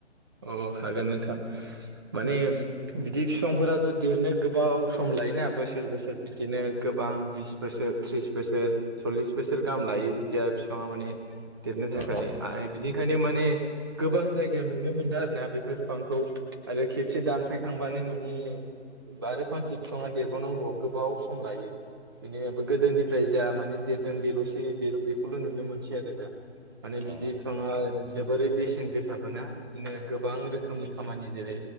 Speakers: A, on the right (about 20°); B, on the right (about 55°).
A: औ हागोन नोंथां माने बिदि फिफांफोराथ' देरनो गोबाव सम लायोना बोसोर बोसोर बिदिनो गोबां बिस बोसोर त्रिस बोसोर सल्लिस बोसोर गाहाम लायो बिदिया बिफाङा माने देरनो थाखाय
B: औ
A: आरो बिनिखायनो माने गोबां जायगायाव नुनो मोनो आरो ना बेफोर बिफांखौ आरो खेबसे दानफायखांबानो
B: औ
A: माने बा आरो फांसे बिफाङा देरबावनांगौ गोबाव सम लायो बिदि गोदोनिफ्राय जा माने देरदों बेल'सै बेखौल' नुनो मोनसै आरो दा माने
B: औ
A: बिदि बिफाङा जोबोरै बेसेन गोसाबोना बिदिनो गोबां
B: औ
A: रोखोमनि खामानि जेरै